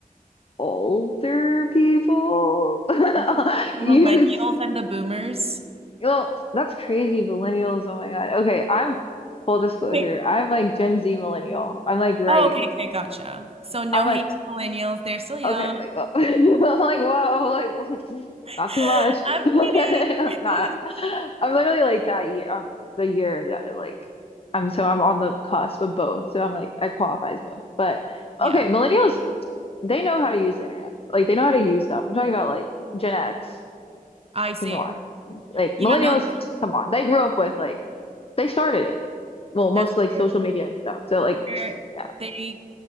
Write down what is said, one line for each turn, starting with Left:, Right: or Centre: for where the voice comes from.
Left: older people <laughs>
Right: Mhm. The millennials
Left: use.
Right: and the boomers.
Left: Well, that's crazy, millennials. Oh my God. Okay, I'm full disclosure.
Right: Wait.
Left: I'm like Gen Z millennial. I'm like right.
Right: Oh, okay, okay, gotcha. So no
Left: I'm like
Right: hate to millennials. They're still young.
Left: Okay, like, well, <laughs> I'm like, whoa, like,
Right: <laughs>
Left: <laughs> not too much.
Right: I'm
Left: <laughs> Nah,
Right: kidding. <laughs>
Left: I'm literally like that year, um, the year that I, like, I'm so I'm on the cusp of both. So I'm like, I qualify as both. But
Right: Yeah,
Left: okay, millennials, they know how to use the internet. Like, they know how to use stuff. I'm talking about like Gen X,
Right: I see.
Left: Gen Y. Like,
Right: Yeah,
Left: millennials,
Right: no, that,
Left: come on, they grew up with like, they started it. Well,
Right: that's
Left: most like
Right: true.
Left: social media and stuff. So like,
Right: They're,
Left: yeah,
Right: they